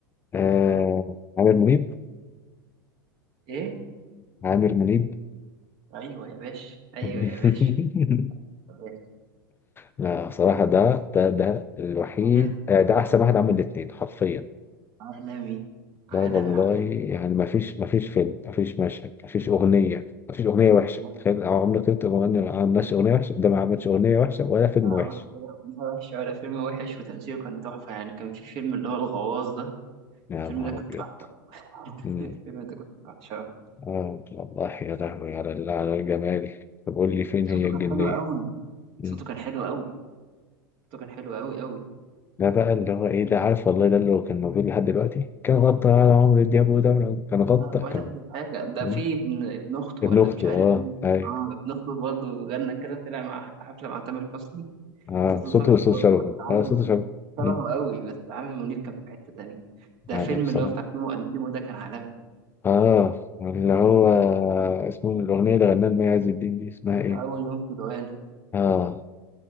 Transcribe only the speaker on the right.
ايه
ايوه يا باشا ايوه
يا باشا يا باشا.
عالمي
عالمي عالمي
حرف
بجد
أنا
عملت كده قبليها وحش ولا فيلم وحش وتمثيله كان تحفه يعني كان في فيلم اللي هو الغواص ده
الفيلم
ده كنت
بعشقه <laughs>
الفيلم ده كنت بعشقه
صوته
كان حلو قوي
صوته كان حلو قوي صوته كان حلو قوي قوي
لا ولا
اي حاجه ده
في ابن ابن اخته
ولا
مش عارف
مين
اه ابن اخته برضه غنى كده طلع مع في حفله مع تامر حسني
صوته
تحفة
برضه
بس عامل
شبهه
قوي بس عامل منيب كان في حتة تانية ده
فيلم
اللي هو بتاع تيمو وأنتيمو ده كان عالمي
من
أول يوم في دعانا